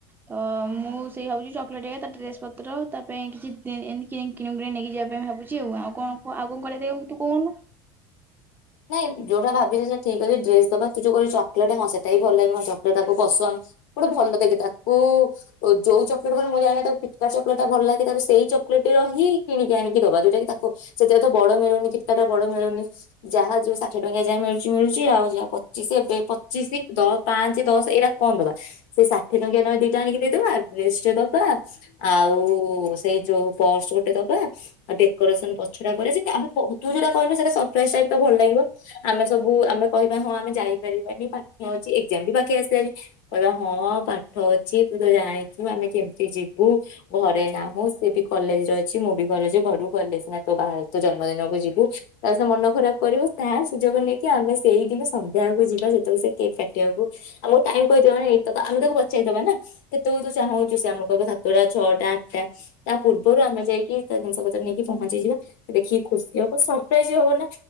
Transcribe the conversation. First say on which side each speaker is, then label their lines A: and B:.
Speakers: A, on the right; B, on the left.
A: ତ ମୁଁ ସେଇ ଭାବୁଛି ଚକଲେଟ୍ ତା ଡ୍ରେସ ପତ୍ର ତା ପାଇଁ କିଛି <unintelligible> ଭାବୁଛି ଆଉ କଣ ଆଉ କଣ ତୁ କହୁନୁ?
B: ନାଇଁ ଯୋଉଟା ଭାବି ସେ ଠିକ୍ ଅଛି ଡ୍ରେସ୍ ଦବା ତୁ ଯୋଉ କହିଲୁ ଚକଲେଟେ ନୁହେଁ ସେ ସେହି ପଲ୍ଲବୀ ମୋ ସତ୍ୟ ତାକୁ ପସନ୍ଦ। ଗୋଟେ ଭଲ ଦେକିତା। ଓ। ଯଉ ଚପେଟା କର ମୁଁ ଜାଣିଥିବ ଠିକି ଚକଲେଟ ଭଲ ଲାଗେ ତାକୁ ସେଇ ଚକଲେଟର ହିଁ କିଣିକି ଆଣିକି ଦବା ଯଉଟାକି ତାକୁ। ସେଗୁଡାକ ବଡ ମିଳୁନି କିଟିକାଟ ର ବଡ ମିଳୁନି। ଯାହା ଯୋଉ ଷାଠିଏ ଟଙ୍କିଆ ଯାହା ମିଳୁଛି ମିଳୁଛି ଆଉ ଯାହା ପଚିଶି ଏବେ ପଚିଶି ଦ ପାଞ୍ଚେ ଦଶ ଏଇଡାକ କଣ ଦବା ସେ ଷାଠି ଟଙ୍କିଆ ନହେଲେ ଦିଟା ଆଣିକି ଦେଇଦବା ଡ୍ରେସ ଟେ ଦବା ଆଉ ସେଇ ଯୋଉ ପର୍ସ ଗୋଟେ ଦବା। ଡେକୋରେସନ ପଛଟା କରିବା ସେ ଯଉ ଆଗେ କହୁ ତୁ ଯଉଟା କହିଲୁ ସେଟା ସରପ୍ରାଇଜି ଷ୍ଟାଇଲି ଥିବ। ଆମେ ସବୁ ଆମେ କହିବା ହଁ ଆମେ ଯାଇପାରିବାନି ପାଠ ଅଛି ଏକ୍ଜାମ ବି ପାଖେଇ ଆସିଲାଣି। କହିବା ହଁ ପାଠ ଅଛି ତୁ ତ ଜାଣିଛୁ ଆମେ କେମିତି ଯିବୁ। ଘରେ ନାହୁଁ ସେ ବି କଲେଜେ ରେ ଅଛି ମୁଁ ବି ଘରେ ଅଛି। ଘରକୁ ଗଲେ ସିନା ତୋ ବାହା ଜନ୍ମଦିନକୁ ଯିବୁ ତାହାଲେ ତା ମନ ଖରାପ କରିବୁ ତା ସୁଯୋଗ ନେଇକି ଆମେ ସେଇଦିନ ସନ୍ଧ୍ୟାକୁ ଯିବା ଯେତେବେଳେ ସେ କେକ୍ କାଟିବାକୁ ଆମକୁ ଟାଇମି କହିଥିବ ଏଇତକ ଆମେ ତାକୁ ପଚାରିଦବା ନା କେତେ ତୁ ଚାହୁଁଛୁ ସେ ଆମ କୁ କହିଦବ ତାକୁ ପୁରା ଛଅଟା ଆଟା ତା ପୂର୍ବରୁ ଆମେ ଯାଇକି ତା ଜିନିଷ ପତ୍ର ନେଇକି ପହଞ୍ଚିଯିବା ଦେଖିକି ଖୁସି ହବ ସରପ୍ରାଇଜି ହବ ନା।